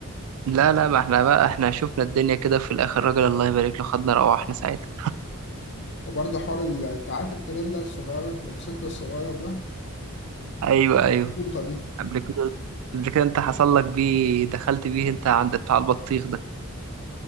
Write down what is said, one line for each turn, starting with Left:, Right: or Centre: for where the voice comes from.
Right: لا لا ما احنا بقى احنا شفنا الدنيا كده في الاخر راجل الله يبارك له خدنا روحنا ساعتها
Left: وبرضه حوار ال- انت عارف التريلا الصغيرة الموتوسيكل الصغير ده
Right: ايوه ايوه
Left: القوطة دي
Right: قبل كده قبل كده انت حصل لك بيه دخلت بيه انت عند بتاع البطيخ ده